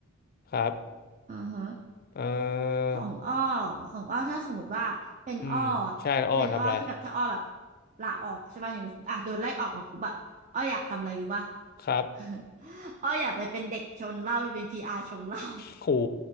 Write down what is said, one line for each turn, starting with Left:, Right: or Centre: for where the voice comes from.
Left: ครับ
Right: อ่าฮะ
Left: เอ่
Right: ของอ้อ
Left: อ
Right: ของอ้อถ้าสมมติว่าเป็นอ้ออะเป็นอ้อที่แบบถ้าอ้อแบบ
Left: อืมใช่อ้อทำอะไร
Right: ลาออกใช่ป่ะอย่างอ่ะโดนไล่ออกมาปุ๊บอะอ้ออยากทำอะไรรู้ป่ะ
Left: ครับ
Right: <laughs> อ้ออยากไปเป็นเด็กชงเหล้าไปเป็นพีอาร์ชงเหล้า
Left: โห